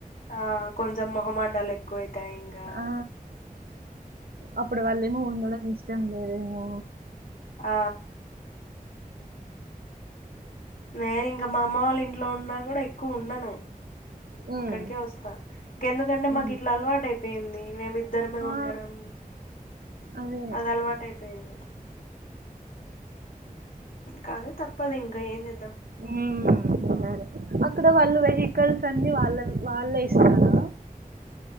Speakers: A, on the left; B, on the right.
A: ఆ కొంచెం మొహమాటాలు ఎక్కువైతాయి ఇంగా
B: ఆ! అప్పుడు వాళ్ళేమో ఉండడం ఇష్టం లేదేమో
A: ఆ నేను ఇంకా మా అమ్మ వాళ్ళ ఇంట్లో ఉన్నా కూడా ఎక్కువ ఉండను
B: హ్మ్.
A: ఇక్కడికే వస్తా ఇంక ఎందుకంటే
B: హ్మ్.
A: మాకు ఇట్లా అలవాటు అయిపోయింది మేమిద్దరమే
B: ఆ!
A: ఉండడం.
B: అదే.
A: అది అలవాటయిపోయింది. కానీ తప్పదు ఇంకా ఏందిద్దాం
B: ఊమ్మ్ సరే అక్కడ వాళ్ళు వెహికల్స్ అన్ని వాళ్ళవి వాళ్ళే ఇస్తారు.